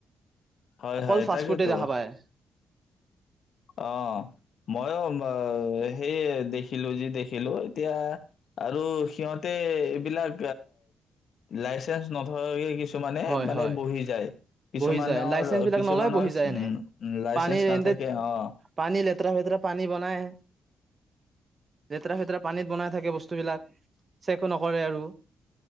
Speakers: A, on the left; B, on the right.
A: হয়,
B: অকল
A: হয়
B: ফাষ্ট
A: তাকেটো।
B: ফুডে দেখা পায়
A: অ', ময়ো অ', সেয়ে দেখিলো যি দেখিলো এতিয়া আৰু সিহতে এইবিলাক লাইচেন্স অ', নথকা হয়ে কিছুমানে
B: হয়
A: মানে
B: হয়
A: বহি যায় কিছুমানৰ
B: বহি যায় লাইচেন্স বিলাক
A: কিছুমানৰ
B: নলয় বহি যায় এনে
A: উম লাইচেন্ঞ্চ
B: পানী
A: নাথাকে
B: এন্তে
A: অ
B: পানী লেতেৰা ফেতেৰা পানী বনাই লেতেৰা ফেতেৰা পানীত বনাই থাকে বস্তুবিলাক চেকো নকৰে আৰু